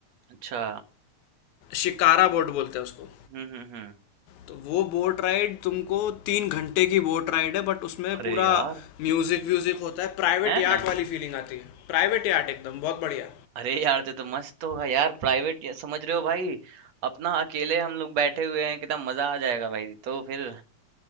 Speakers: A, on the right; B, on the left.
A: अच्छा।
B: शिकारा बोट बोलते हैं उसको
A: हुँ, हुँ, हुँ।
B: तो वो बोट राइड तुमको तीन घंटे की बोट राइड है बट उसमें
A: अरे
B: पूरा
A: यार!
B: म्यूजिक व्यूजिक होता है प्राइवेट
A: हैं?
B: यार्ट वाली फीलिंग आती है प्राइवेट यार्ट एकदम बहुत बढ़िया
A: अरे यार! ये तो मस्त होगा यार प्राइवेट या समझ रहे हो भाई अपना अकेले हम लोग बैठे हुए हैं कितना मजा आ जाएगा भाई तो फिर